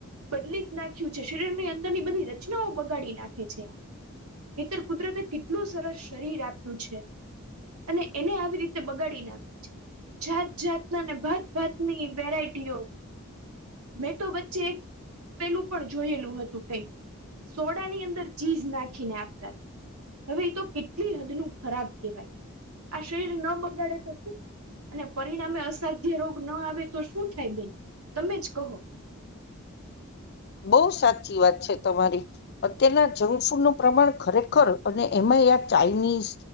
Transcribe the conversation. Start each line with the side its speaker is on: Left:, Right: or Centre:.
Right: બદલી જ નાખ્યું છે શરીરની અંદરની બધી રચનાઓ બગાડી નાખે છે આ એ તર કુદરતે કેટલું સરસ શરીર આપ્યું છે. અને એને આવી રીતે બગાડી નાખે છે. જાત જાતના ને ભાત ભાતની વેરાયટીઓ મેં તો વચ્ચે પેલું પણ જોયેલું હતું કઈક સોડા ની અંદર ચીઝ નાખીને આપતા હતા. હવે એ તો કેટલી હદ નું ખરાબ કેહેવાય આ શરીર ન બગાડે તો શું અને પરિણામે અસાધ્ય રોગ ન આવે તો શું થાય બેન તમે જ કહો. <inaudible>
Left: બો સાચી વાત છે તમારી અત્યારના જંક ફૂડ નું પ્રમાણ ખરેખર અને એમાં હા યાર ચાઈનીઝ